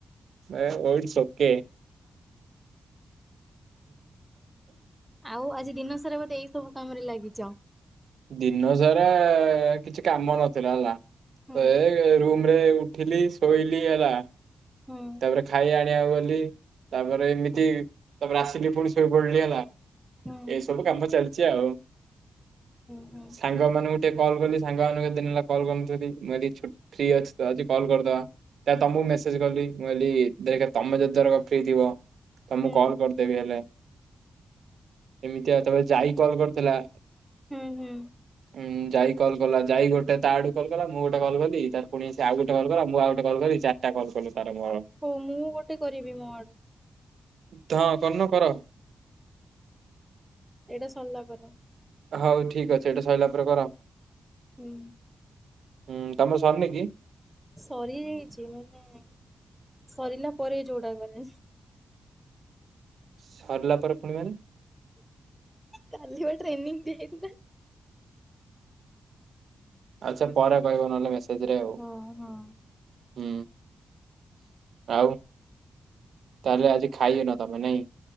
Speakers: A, on the right; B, in the centre.
A: oh it's okay. <inaudible>
B: ଆଉ ଆଜି ଦିନ ସାରା ବୋଧେ ଏଇ ସବୁ କାମରେ ଲାଗିଚ।
A: ଦିନ ସାରା କିଛି କାମ ନଥିଲା ହେଲା
B: ହୁଁ
A: ତ ଏ ରୁ ମ ରେ ଉଠିଲି ଶୋଇଲି ହେଲା
B: ହୁଁ
A: ତାପରେ ଖାଇବା ଆଣିବାକୁ ଗଲି ତାପରେ ଏମିତି ତାପରେ ଆସିଲି ପୁଣି ଶୋଇ ପଡିଲି ହେଲା।
B: ହୁଁ
A: ଏ ସବୁ କମ ଚାଲଚି ଆଉ।
B: ହୁଁ ହୁଁ
A: ସାଙ୍ଗ ମାନଙ୍କୁ ଟିକେ କଲ୍ କଲି ସାଙ୍ଗ ମାନଙ୍କ କେତେ ଦିନ ହେଲା କଲ କରିନଥିଲି ମୁଁ ଆଜି ଛୁଟ ଫ୍ରି ଅଛି ତ ଆଜି କଲ୍ କରିଦବା। ତା ତମକୁ ମେସେଜ କଲି ମୁଁ କହିଲି ଦେଖେ ତମେ ଯେତେଥରକ ଫ୍ରି ଥିବ ତ
B: ହୁଁ।
A: ମୁଁ କଲ କରିଦେବି ହେଲେ। ଏମିତି ଆଉ ତାପରେ ଯାଇ କଲ କରିଥିଲା।
B: ହୁଁ ହୁଁ।
A: ଉ ଯାଇ କଲ କଲା ଯାଇ ଗୋଟେ ତା ଆଡୁ କଲ୍ କଲା ମୁଁ ଗୋଟେ କଲ କଲି ତା ପୁଣି ସେ ଆଉ ଗୋଟେ କଲ କଲା ମୁଁ ଆଉ ଗୋଟେ କଲ କଲି। ରି ଚାରିଟା କଲ କଲୁ। ତାର ମୋର।
B: ହଉ ମୁଁ ଗୋଟେ କରିବି ମୋ ଆଡୁ।
A: ହଁ କରୁନ କର।
B: ଏଟା ସରଲା ପରେ।
A: ହଉ ଠିକ ଅଛି ଏଇଟା ସରିଲା ପରେ କର।
B: ହୁଁ।
A: ହୁଁ ତମର ସରନି କି?
B: ସରିଯାଇଚି ମାନେ ସରିଲା ପରେ ଯୋଉଟା କରେ।
A: ସରିଲା ପରେ ପୁଣି ମାନେ
B: କାଲି ବା ଟ୍ରେନିଂ ଦିଆ ହେଇଥିଲା।
A: ଆଚ୍ଛା ପରେ କହିବ ନହେଲେ ମେସେଜ ରେ ଆଉ
B: ହଁ ହଁ।
A: ହୁଁ। ଆଉ ତାହେଲେ ଆଜି ଖାଇନ ତମେ ନାଇଁ।